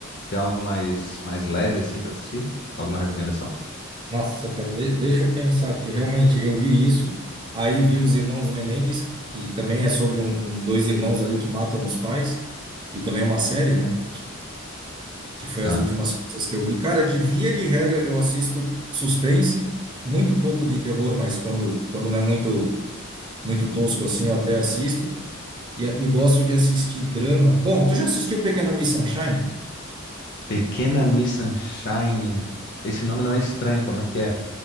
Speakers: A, on the left; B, on the right.
A: Tem algo mais, mais leve assim para assistir? Alguma recomendação?
B: Nossa, cara, de- deixa eu pensar, porque realmente eu vi isso, aí vi os irmãos Menendez, que também é sobre um, um- dois irmãos ali que matam os pais, e também é uma série, né? Que foi
A: Tá.
B: as últimas coisas que eu vi. Cara, que via de regra eu assisto suspense, muito pouco de terror, mas quando, quando não é muito, muito tosco assim, eu até assisto, e, e gosto de assistir drama. Bom, tu já assistiu Pequena Miss Sunshine?
A: Pequena Miss Sunshine. Esse nome não é estranho, como é que é?